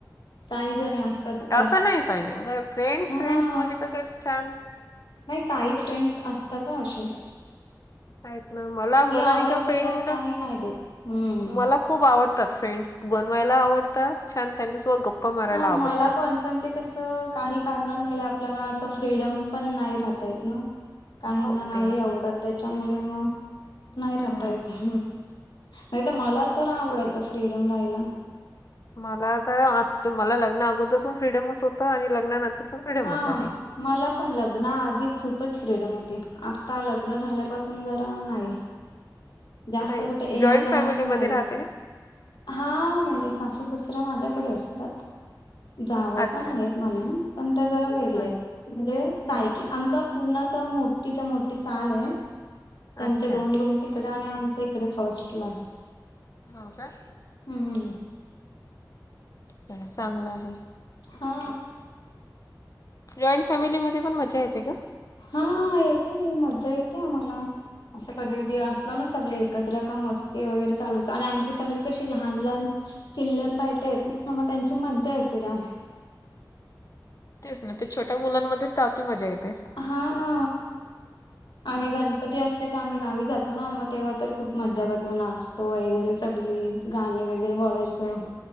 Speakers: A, on the left; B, on the left.
A: काही जणी असतात त्या
B: त नाही पाहिजे का फ्रेंड
A: हा
B: फ्रेंडस म्हणजे कस छान
A: नाही काही फ्रेंड्स असतात ओ अशे
B: आहेत ना मला मला
A: आवाज
B: नाही का फ्रेंड
A: देतात काही नाही देत हम्म
B: मला खूप आवडतात फ्रेंड्स बनवायला आवडतात छान त्यांच्यासोबत गप्पा मारायला
A: हा
B: आवडते
A: मला पण पण ते कस काही कारणांमुळे आपल्याला असं फ्रीडम पण नाही राहतायेत ना काहींना
B: हो
A: नाही
B: ते
A: आवडत त्याच्यामुळे मग नाही राहता
B: हम्म
A: येत् नाही तर मला तर आवडायचं फ्रीडम राहायला
B: मला आ तर आ मला लग्न अगोदर पण फ्रीडमच होतं आणि लग्नानंतर पण फ्रीडमच
A: हा
B: आहे.
A: मला पण लग्ना आधी खूपच फ्रीडम होती आता लग्न झाल्यापासून जरा नाही
B: <inaudible>
A: जास्त कुठे येणं
B: जॉईंट
A: जाणं
B: फॅमिलीमध्ये
A: पण नाही
B: राहते का?
A: हा म्हणजे सासू ससरा माझ्याकडे असतात जावा
B: अच्छा
A: पण आहेत
B: अच्छा
A: मला पण त्या जरा वेगळ्या
B: अच्छा
A: आहेत म्हणजे साईटला आमचा पूर्ण अस मोठीच्या मोठी चाल आहे त्यांच्या
B: अच्छा.
A: दोन रूम तिकडे आणि आमच इकडे फर्स्ट्लाय
B: हो काय
A: हम्म
B: ह चांगलं आहे
A: हा
B: जॉईंट फॅमिलीमध्ये पण मजा येते का
A: हा येते मज्जा येते आम्हाला असं कधी कधी असल ना सगळे एकत्र का मस्ती वगैरे चालूच आणि आमची सगळी कशी लहान लहान चिल्लर पार्ट्यायेत ना मग त्यांची मज्जा येते जाम
B: तेच ना ते छोट्या मुलांमध्येच तर आपली मजा येते
A: हा ना आणि गण - पती असले का आम्ही गावी जातो ना मग तेव्हा तर खूप मजा करतो नाचतो वगैरे सगली गाणी वगैरे बोलायचं